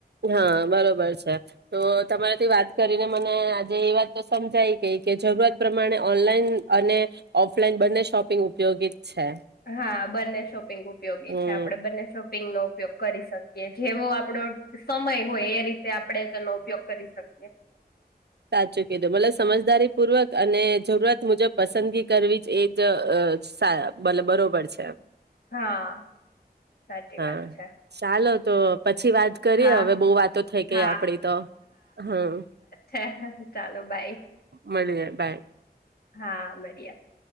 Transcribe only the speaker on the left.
હા, બંને શોપિંગ ઉપયોગી
છે. આપડે બંને શોપિંગ નો ઉપયોગ કરી શકી. કે જેવો આપડો સમય હોય. એ રીતે આપણે તેનો ઉપયોગ કરી શકીએ.
હા, સાચી
વાત છે.
હા
હા
હ ચાલો બાય.
હા મળીયા.